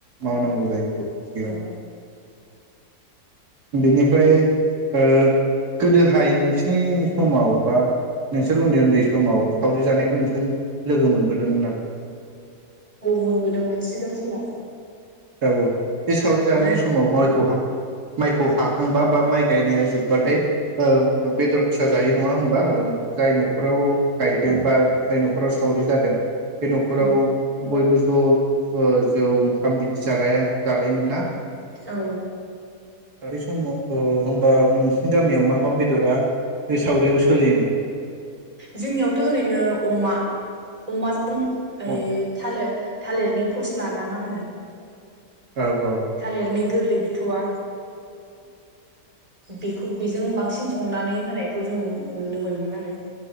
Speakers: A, on the right; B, on the right.
A: मावनांगौ। जायखौ थिया
B: औ
A: बेनिफ्राय ओ गोदोहाय नोंसिनि समाव बा नोंसोर उन्दै उन्दै समाव सावरि जानायखौ नोंसोर लोगो मोनबोदों नामा?
B: औ मोनबोदोंमोन सिगां समाव
A: औ‌ औ। बे सावरि जानाय
B: जों
A: समाव माइखौहा माइखौ हाखांबा बा माइ गायनाया जोब्बाथाय बेदर फिसा जायो नङा होमबा जाय नखराव गायदों बा जाय नखराव सावरि जादों। बे नखराव
B: औ
A: बयबो ज' थ‌ ओ‌ जौ ओंखाम बिदि जालाया जालायोमोन ना
B: औ
A: आरो‌ बे समाव होनबा नोंसिनि गामियाव मा मा बेदरा बे सावरियाव सोलियोमोन।
B: जोंनियावथ‌' ओरैनो अमा अमाजों ओ ए
A: औ
B: थालिर थालिरनि फसला ना मा होनो
A: औ औ
B: थालिरनि गोरलै बिथौवा बेखौ बेजों बांसिन संनानै होनायखौ जों नुनो मोनोमोन आरो।